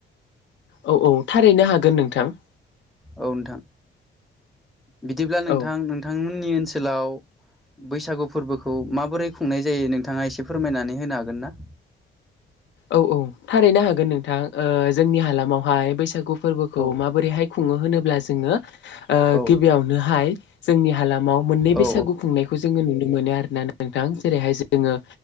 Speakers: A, on the left; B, in the centre.
A: औ औ थारैनो हागोन नोंथां ।
B: औ नोंथां बिदिब्ला नोंथां
A: औ
B: नोंथांमोननि ओनसोलाव बैसागु फोरबोखौ माबोरै खुंनाय जायो नोंथाङा एसे फोरमायनानै होनो हागोन ना? <inaudible>
A: औ औ थारैनो हागोन नोंथां ओ जोंनि हालामावहाय बैसागु फोरबोखौ
B: ना औ
A: माबोरैहाय खुङो होनोब्ला जोङो ओ
B: औ
A: गिबियावनोहाय जोंनि हालामाव मोननै
B: औ
A: बैसागु खुंनायखौ जोङो नुनो मोनो आरो । नोंथां जेरैहाय जोङो